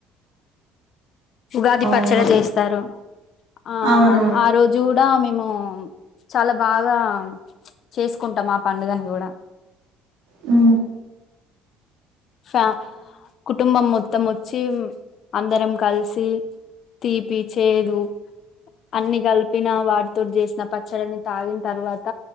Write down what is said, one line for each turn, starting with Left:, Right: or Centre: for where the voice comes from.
Left: ఉగాది
Right: అవునవును
Left: పచ్చడ చేస్తారు. ఆ
Right: అవునవును
Left: ఆ రోజు కూడా మేం ము చాలా బాగా చేసుకుంటాం ఆ పండుగని కూడా.
Right: హ్
Left: ఫ్యా కుటుంబం మొ మొత్తం వచ్చి అందరం కలిసి తీపి, చేదు అన్ని కలిపిన వాటితోటి చేసిన పచ్చడిని తాగిన తర్వాత